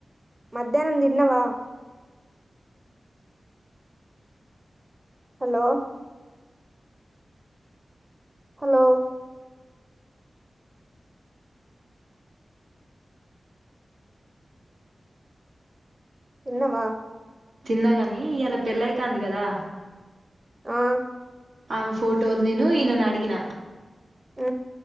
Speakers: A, on the right; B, on the right.
A: మధ్యాహ్నం దిన్నవా? హలో హలో తిన్నవా
B: తిన్నగాని ఇయలా పెళ్ళైయ్ తాంది కదా.
A: ఆ
B: ఆమె ఫోటోలు నేను ఈయనను అడిగిన
A: ఉ